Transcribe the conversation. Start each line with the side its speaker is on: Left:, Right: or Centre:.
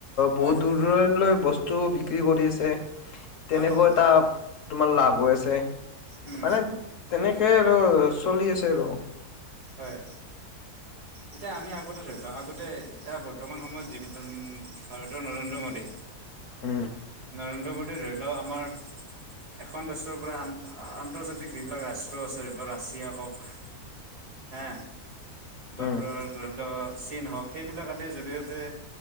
Left: বহুত
Right: হয়, হয়,
Left: দূৰ দূৰণ লৈ বস্তু বিক্ৰী কৰি আছে। তেনেকুৱা
Right: অ',
Left: এটা তোমাৰ লাভ হৈ আছে।
Right: উম,
Left: মানে তেনেকে আৰু চলি আছে আৰু।
Right: হয়। এতিয়া আমি আগতে ধৰি লওঁ, আগতে এতিয়া বৰ্তমান সময়ত যিবিলাক ভাৰতৰ নৰেন্দ্ৰ মোডী
Left: উম,
Right: নৰেন্দ্ৰ মোডীয়ে ধৰি লও আমাৰ
Left: <unintelligible>
Right: এখন ৰাষ্ট্ৰৰ পৰা আ-আন্তৰ্জাতিক যিবিলাক ৰাষ্ট্ৰ আছে, ধৰ ৰাছিয়া হওক হা বাৰু
Left: উম,
Right: ধৰি লওঁ চীন হওঁক সেইবিলাক আদিৰ জৰিয়তে